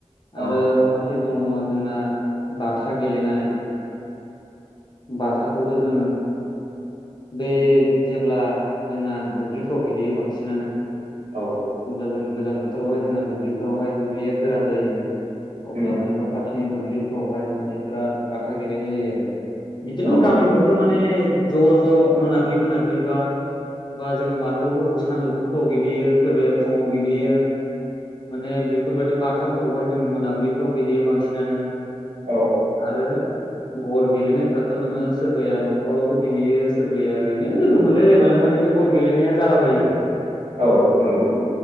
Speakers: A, on the right; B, on the left.
A: औ
B: आरो माखासे दङ जोंना बाथा गेलेनाय बाथाखौबो दोङ बे जेब्ला जोंना दुब्लिफ्राव गेलेयो बांसिनानो
A: औ
B: जेब्ला जोङो गोजां बोथोरावहाय जोंना दुब्लिफोरावहाय दुब्लिया गोरान जायो अब्ला
A: उम
B: माने न' खाथिनि दुब्लिफ्रावहाय माने बिराद बाथा गेलेनाय जायो आरो बिदिनो
A: औ
B: गामिफ्रावथ' माने ज' ज' मोनाबिलि मोनाबिलिबा बा जोङो मार्बलफोरखौ सानजौफुफोराव गेलेयो सोरबाया फुङाव गेलेयो माने बेफोरबायदि बाथाफोरखौहाय जों मोनाबिलिफ्राव गेलेयो बांसिनानो
A: औ
B: आरो गर गेलेनाय फोराथ' नोङो सोरबाया न'खरावबो गेलेयो सोरबाया ओरैनो लोगो मोनलायलायबानो माने बे गर गेलेनाय जालांङो बायो आरो
A: औ नंगौ